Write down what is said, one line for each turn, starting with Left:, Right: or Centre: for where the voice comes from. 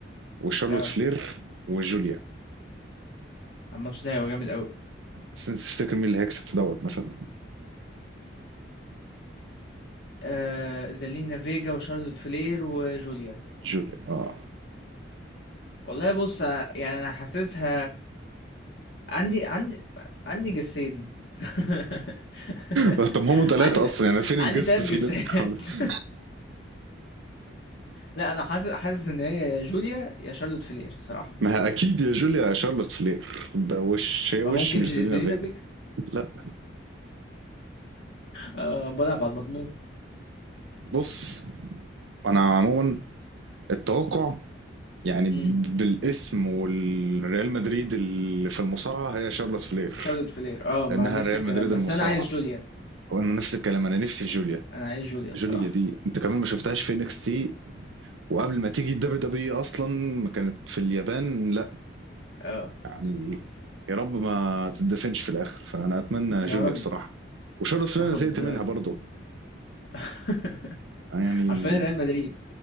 Right: وشارلوت
Left: اه
Right: فلير وجوليا
Left: الماتش ده هيبقى جامد أوي
Right: بس انت تفتكر مين اللي هيكسب في دوت مثلا
Left: آه زالينا فيجا وشارلوت فلير وجوليا
Right: جوليا اه
Left: والله بص آه، يعني أنا حاسسها عندي عندي عندي جسين <laughs>
Right: <laughs> طب هم ثلاثة
Left: عندي
Right: اصلا يعني فين
Left: عندي
Right: الجس
Left: تلات
Right: في
Left: جسات
Right: اللي <laughs>
Left: <laughs> لا انا حاسس حاسس ان هي يا جوليا يا شارلوت فلير صراحة
Right: ما هي اكيد يا جوليا شارلوت فلير ده وش هي
Left: ما
Right: وش
Left: ممكن
Right: مش
Left: ج-
Right: زيلينا
Left: زيلينوفيك
Right: فيجا لا
Left: آه بلعب على المضمون
Right: بص انا عموما التوقع يعني
Left: امم
Right: بالاسم والريال مدريد اللي في المصارعه هي شارلوت فلير
Left: شارلوت فلير اه
Right: لانها
Left: مع نفس
Right: ريال
Left: الكلام
Right: مدريد
Left: بس
Right: المصارعه
Left: انا عايز جوليا
Right: وانا نفس الكلام انا نفسي في جوليا
Left: انا عايز جوليا
Right: جوليا
Left: صراحة
Right: دي انت كمان ما شفتهاش في انكس تي وقبل ما تيجي الدبليو دبليو اصلا ما كانت في اليابان لا
Left: اه
Right: يعني يا رب ما تدفنش في الاخر فانا اتمنى
Left: يا
Right: جوليا
Left: رب
Right: الصراحه وشارلوت فلين
Left: تاخد
Right: أنا زهقت منها برضه
Left: <laughs>
Right: يعني
Left: حرفيا ريال مدريد